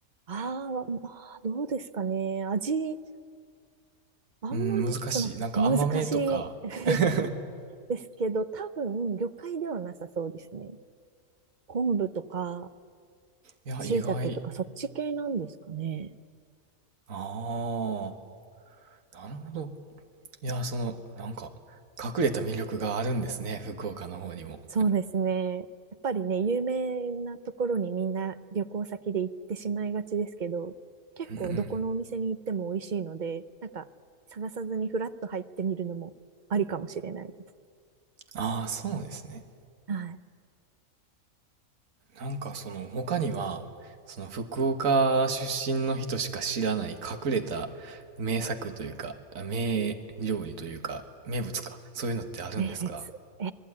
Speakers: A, on the right (about 40°); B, on the right (about 65°).
A: あーまあ、どうですかね。味、あんまり、
B: うん、難しい。
A: その、
B: なんか甘めとか。
A: 難しい <laughs>
B: <laughs> へ
A: ですけど、多分、魚介ではなさそうですね。昆布とか、
B: え。いや、
A: 椎茸とか、
B: 意外。
A: そっち系なんですかね。
B: ああ。なるほど。いや、その、なんか、隠れた魅力があるんですね、福岡の方にも。
A: そうですね。やっぱりね、有名なところにみんな旅行先で行ってしまいがちですけど、結構どこのお店に行っても美味しいので、
B: うん。
A: なんか探さずにフラッと入ってみるのもありかもしれないです。
B: ああ、そうですね。
A: はい。
B: なんかその、他には、その福岡出身の人しか知らない隠れた名作というか、あ名料理というか、名物か、そういうのってあるんですか
A: 名物。え